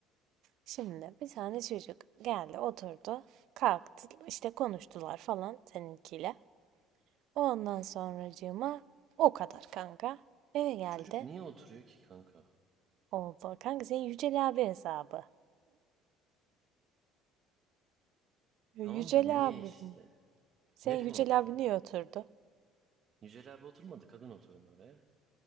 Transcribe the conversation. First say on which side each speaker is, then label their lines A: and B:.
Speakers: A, on the right; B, on the right.
A: Şimdi bir tane çocuk geldi oturdu. Kalktı işte konuştular falan seninkiyle. Ondan sonracığıma o kadar kanka. Eve geldi.
B: Çocuk niye oturuyor ki kanka?
A: Oldu. Kanka senin Yücel abi hesabı. <laughs> Yücel
B: Tamam da niye
A: abim.
B: işte?
A: Sen
B: Ne
A: Yücel
B: konuştular?
A: abi niye oturdu?
B: Yücel abi oturmadı kadın oturdu oraya.